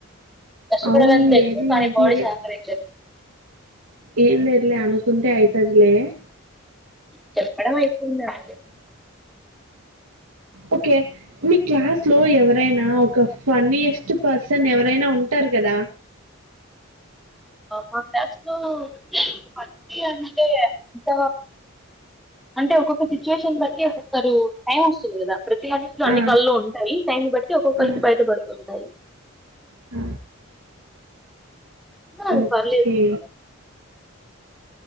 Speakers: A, in the centre; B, on the right.
A: కష్టపడాలని
B: అవును
A: తెలుసు
B: ఏది
A: కానీ
B: ఈజీగా
A: బాడీ సహకరించ
B: ఏం లేదులే అనుకుంటె అయితది లేవే
A: చె <unintelligible>
B: ఓకే మీ క్లాస్ లో ఎవరైనా ఒక ఫన్నయస్ట్ పర్సన్ ఎవరైనా ఉంటారు కదా
A: మా క్లాస్ లో అంటే అంత అంటే ఒక్కొక్క సిచ్యువేషన్ బట్టి ఒక్కొక్కరు టైం వస్తుంది కదా ప్రతి వానికి అన్ని
B: ఆ!
A: కళలు ఉంటాయి టైం ను బట్టి ఒక్కొక్కళకి
B: ఆ!
A: బయటపడుతుంటాయి
B: ఆ
A: అన్నారు
B: ఓకే
A: పర్లేదు